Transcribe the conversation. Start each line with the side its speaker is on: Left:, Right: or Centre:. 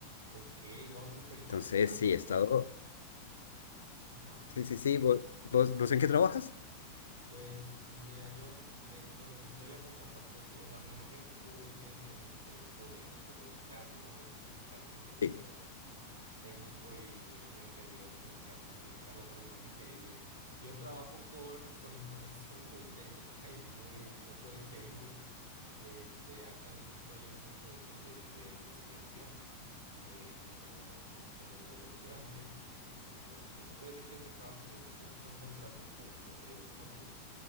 Right: ok, wow, súper interesante.
Left: Entonces, sí, he estado...
Right: Ajá.
Left: Sí, sí, sí. ¿Vos, vos, vos en qué trabajas?
Right: Pues mira, yo n- de como que soy la contraparte de ti, o sea, me imagino que tú tienes que ver mucho con esto de comunicar, ¿no? De comunicar contenido
Left: Sí.
Right: técnico y me imagino que ayudas como que a facilitarlo, a hacerlo más digerible. Yo trabajo con, con información <laughs> muy técnica y muy poco digerible. Este, actualmente estoy en unos proyectos de, de investigación eh, como, como postdoctorante. Mm, Entonces, pues se puede decir que es mi trabajo, es co- son contratos por, por periodos cortos.